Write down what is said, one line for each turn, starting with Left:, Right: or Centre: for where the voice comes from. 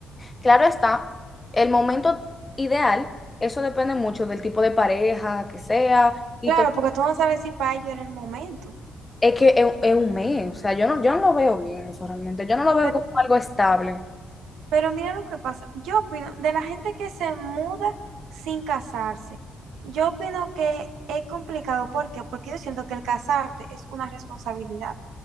Left: Claro está, el momento ideal, eso depende mucho del tipo de pareja que sea. y
Right: Claro, porque tú no sabes si para ellos era el momento.
Left: Es que es, es un mes, o sea, yo no, yo no lo veo bien eso realmente, yo no lo veo
Right: Pero,
Left: como algo estable.
Right: pero mira lo que pasa. Yo opino, de la gente que se muda sin casarse, yo opino que es complicado. ¿Por qué? Porque yo siento que el casarte es una responsabilidad.